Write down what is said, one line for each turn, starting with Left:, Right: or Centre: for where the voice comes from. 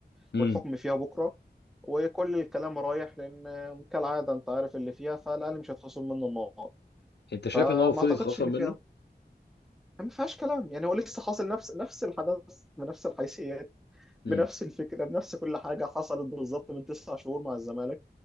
Left: امم
Centre: والحكم فيها بكره وكل الكلام رايح لان كالعاده انت عارف اللي فيها فالاهلي مش هيتخصم منه النقط
Left: انت شايف
Centre: فما
Left: ان هو المفروض
Centre: اعتقدش
Left: يتخصم
Centre: ان فيها
Left: منه
Centre: ما فيهاش كلام يعني هو لسه حاصل نفس نفس الحدث بنفس الحيثيات
Left: امم
Centre: بنفس الفكرة بنفس كل حاجة حصلت بالظبط من تسع شهور مع الزمالك